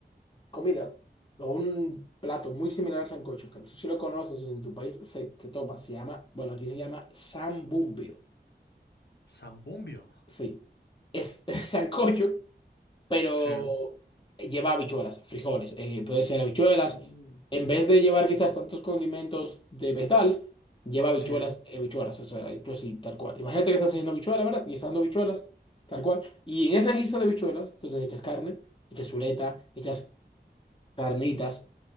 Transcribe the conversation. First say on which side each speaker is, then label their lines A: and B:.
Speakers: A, on the left; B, on the left.
A: comida o un plato muy similar al sancocho, que no sé si lo conoces o si en tu país se, se toma, se llama, bueno, aquí se llama sambumbio.
B: Zambumbio.
A: Sí, es <laughs> sancocho, pero
B: Sí.
A: lleva habichuelas, frijoles, eh, puede ser habichuelas.
B: Uh,
A: En vez de llevar quizás tantos condimentos de vegetales, lleva habichuelas,
B: Sí.
A: eh, habichuelas, o sea, hecho así, tal cual. Imagínate que estás haciendo habichuelas, ¿verdad? Guisando habichuelas, tal cual. Y en esa guisa de habichuelas, entonces echas carne, echas chuleta, echas carnitas.